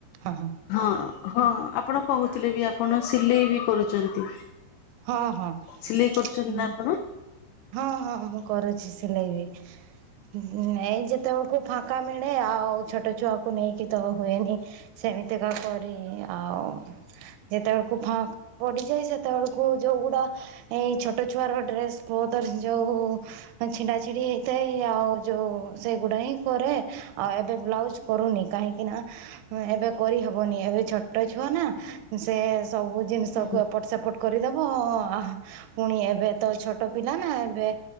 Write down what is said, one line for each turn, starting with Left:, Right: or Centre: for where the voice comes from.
Right: ହଁ ହଁ
Left: ହଁ ହଁ ଆପଣ କହୁଥିଲେ ବି ଆପଣ ସିଲେଇ ବି କରୁଛନ୍ତି।
Right: ହଁ ହଁ
Left: ସିଲେଇ କରୁଛନ୍ତି
Right: ମୁଁ
Left: ନା ଆପଣ?
Right: ହଁ ହଁ ମୁଁ କରୁଛି ସିଲେଇ ବି ଏଇ ଯେତେବେଳେ କୁ ଫାଙ୍କା ମିଳେେ ଆଉ ଛୋଟ ଛୁଆକୁ କୁ ନେଇକି ତ ହୁଏନି ସେମିତିକା କରି ଆଉ ଯେତେବେଳକୁ ଫ ପଡିଯାଏ ସେତେବେଳକୁ ଯୋଉ ଗୁଡା ଏଇ ଛୋଟ ଛୁଆର ଡ୍ରେସ- ବଉଦର ଯୋଉ <unintelligible> <inaudible> ଛିଣ୍ଡା ଛିଡି ହେଇଥାଏ ଆଉ ଯୋଉ ସେଗୁଡା ହିଁ କରେ ଆଉ ଏବେ ବ୍ଲାଉଜ କରୁନି କାହିଁକି, ଏଇନା ଏବେ କରିହବନି ଏବେ ଛୋଟ ଛୁଆ ନା ସେ ସବୁ ଜିନିଷକୁ
Left: ହୁଁ
Right: ଏପଟ ସେପଟ କରିଦେବ ଓହୋ ପୁଣି ଏବେ ତ ଛୋଟ ଛୋଟ ପିଲା ନା ଏବେ